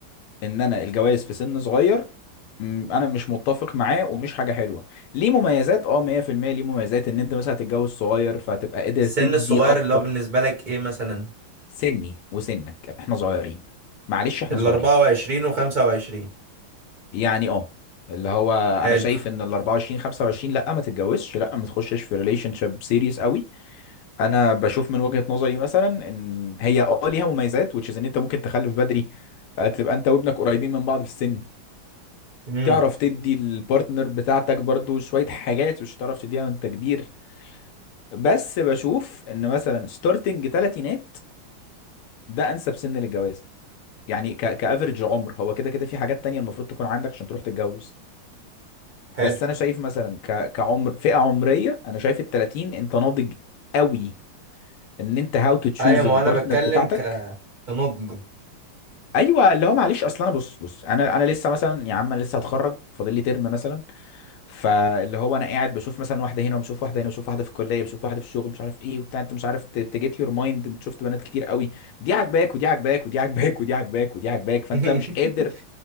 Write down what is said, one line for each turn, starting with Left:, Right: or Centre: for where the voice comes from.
Left: ان انا الجواز في سن صغير م، انا مش متفق معاه ومش حاجه حلوه ليه مميزات اه 100% ليه مميزات ان انت مثلا هتتجوز صغير فهتبقى قادر
Right: السن
Left: تدي
Right: الصغير
Left: اكتر
Right: اللي هو بالنسبه لك ايه مثلا
Left: سني وسنك احنا صغيرين معلش احنا
Right: ال
Left: صغيرين
Right: 24 و 25
Left: يعني اه اللي هو
Right: حلو
Left: انا شايف ان ال 24 25 لا ما تتجوزش لا ما تخشش في ريليشن شيب سيريس قوي انا بشوف من وجهة نظري مثلا ان هي اه ليها مميزات which is ان انت ممكن تخلف بدري آه، تبقى انت وابنك قريبين من بعض في السن
Right: امم
Left: تعرف تدي البارتنر بتاعتك برضو شوية حاجات مش هتعرف تديها وانت كبير بس بشوف ان مثلا ستارتنج تلاتينات ده انسب سن للجواز يعني ك كافريج عمر هو كده كده في حاجات تانية المفروض تكون عندك عشان تروح تتجوز
Right: حلو
Left: بس انا شايف مثلا ك... كعمر فئه عمريه انا شايف ال 30 انت ناضج قوي ان انت هاو تو تشوز
Right: ايوه ما
Left: البارتنر
Right: هو انا بتكلم
Left: بتاعتك
Right: ك كنضج
Left: ايوه اللي هو معلش اصل انا بص بص انا انا لسه مثلا يا عم انا لسه هتخرج فاضل لي ترم مثلا فاللي هو انا قاعد بشوف مثلا واحده هنا وبشوف واحده هنا وبشوف واحده في الكليه بشوف واحده في الشغل مش عارف ايه وبتاع انت مش عارف تجيت يور مايند انت شفت بنات كتير قوي دي عاجباك ودي عاجباك ودي عاجباك ودي عاجباك ودي عاجباك فانت
Right: <laughs>
Left: مش قادر